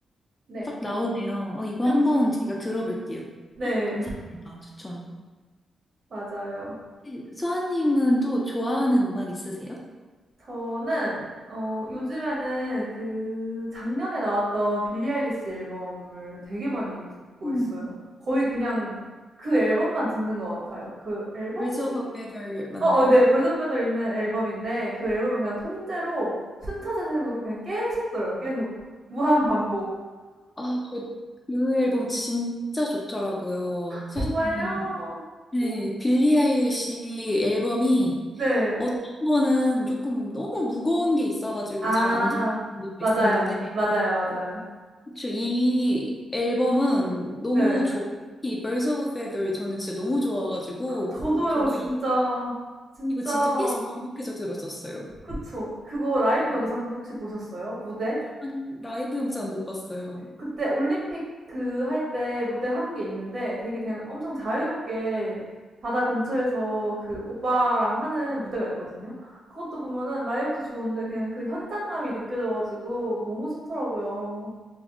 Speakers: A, on the right; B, on the left.
A: 네.
B: 딱 나오네요. 어, 이거
A: 그
B: 한번 제가 들어볼게요.
A: 네.
B: 헉, 감사합니다. 추천.
A: 맞아요.
B: 네, 소아님은 또 좋아하는 음악 있으세요?
A: 저는 어 요즘에는 그 작년에 나왔던 빌리 아일리시 앨범을 되게 많이 듣고
B: 음.
A: 있어요. 거의 그냥 그 앨범만 듣는 것 같아요. 그 앨범명이
B: Birds of a Feather 맞나요?
A: 어어 네. 벌 i r d 있는 앨범인데 그 앨범을 그냥 통째로 순차 재생으로 그냥 계속 들어요, 계속. 무한 반복.
B: 아, 저 그 앨범 진짜 좋더라고요. 사실
A: 정말요?
B: 저는 네,
A: 음
B: 빌리 아일리시 앨범이
A: 네.
B: 어떤 거는 조금 너무 무거운 게 있어가지고
A: 아
B: 잘 안 듣는 것도
A: 맞아요.
B: 있었는데,
A: 맞아요, 맞아요.
B: 혹이 앨범은 너무
A: 네.
B: 좋기, Birds of a Feather이 저는 진짜 너무 좋아가지고,
A: 저도요
B: 저도
A: 진짜.
B: 이-
A: 진짜
B: 이거 진짜 계속 반복해서 들었었어요.
A: 그쵸. 그거 라이브
B: 네.
A: 영상도 혹시 보셨어요? 무대?
B: 아니, 라이브 영상 못 봤어요.
A: 그때 올림픽 그 할 때 무대 한 게 있는데 되게 그냥 엄청 자유롭게 바다 근처에서 그 오빠랑 하는 무대가 있거든요. 그것도 보면은 라이브도 좋은데 그냥 그 현장감이 느껴져 가지고 너무 좋더라고요.